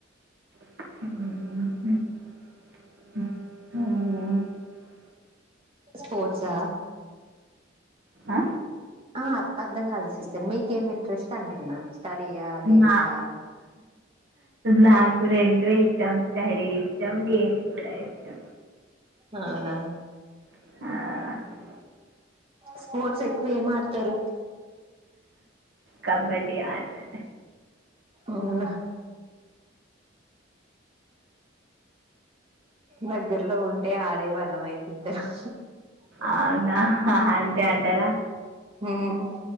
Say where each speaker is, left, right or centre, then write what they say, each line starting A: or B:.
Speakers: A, on the right (about 65°); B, on the right (about 30°).
A: హ్మ హు హ్మ
B: స్పోర్ట్సా
A: ఆ
B: ఆ అర్ధం కాలదు సిస్టర్ మీకేం ఇంట్రెస్ట్ అంటున్నా స్టడీయా గేమ్సా
A: నా నాకు రెండు ఇష్టం స్టడీ ఇష్టం గెమ్స్ కూడా ఇష్టం
B: అవునా
A: ఆ
B: స్పోర్ట్స్ ఎక్కువ ఏం మాడ్ తరు
A: కబడ్డీ ఆడా
B: అవునా దగ్గర్లో ఉంటే ఆడేవాళ్ళం ఐతే ఇద్దరం
A: అవునా అంతే అంటారా
B: హ్మ్